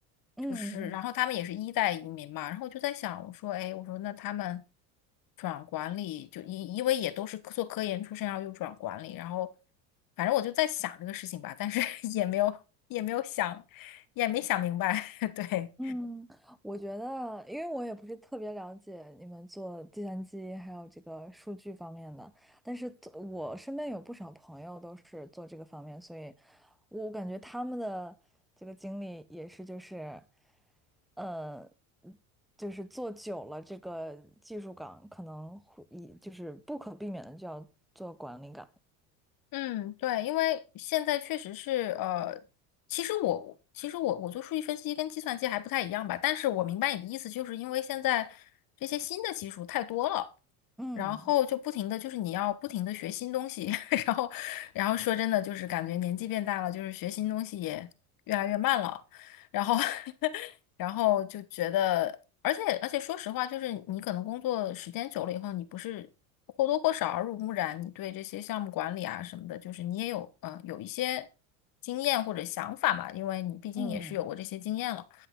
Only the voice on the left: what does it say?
就是，然后他们也是一代移民嘛，然后我就在想，我说，哎，我说那他们转管理，就因因为也都是科做科研出身，然后又转管理，然后反正我就在想这个事情吧，但是 <laughs> 也没有也没有想，也没想明白，<laughs> 对。
嗯，对，因为现在确实是，呃，其实我其实我我做数据分析跟计算机还不太一样吧，但是我明白你的意思，就是因为现在这些新的技术太多了，
然后就不停的就是你要不停的学新东西，<laughs> 然后然后说真的就是感觉年纪变大了，就是学新东西也越来越慢了，然后 <laughs> 然后就觉得，而且而且说实话，就是你可能工作时间久了以后，你不是或多或少耳濡目染，你对这些项目管理啊什么的，就是你也有嗯、呃有一些经验或者想法嘛，因为你毕竟也是有过这些经验了。